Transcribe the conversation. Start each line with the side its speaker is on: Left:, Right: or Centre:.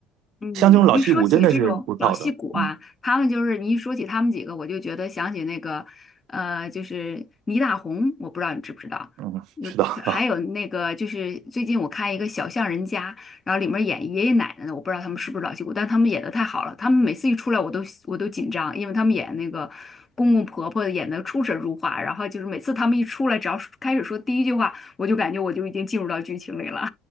Left: 嗯，
Right: 像这种老戏骨真的是不靠的，
Left: 你一说起这种老戏骨啊，
Right: 嗯
Left: 他们就是你一说起他们几个，我就觉得想起那个，呃，就是倪大红，我不知道你知不知道，
Right: 嗯，
Left: 就是还有那个就是最近我看一个《小巷人家》，
Right: 知道啊，
Left: 然后里面演爷爷奶奶的，我不知道他们是不是老戏骨，但他们演的太好了，他们每次一出来我都我都紧张，因为他们演那个公公婆婆演的出神入化，然后就是每次他们一出来，只要是开始说第一句话，我就感觉我就已经进入到剧情里了。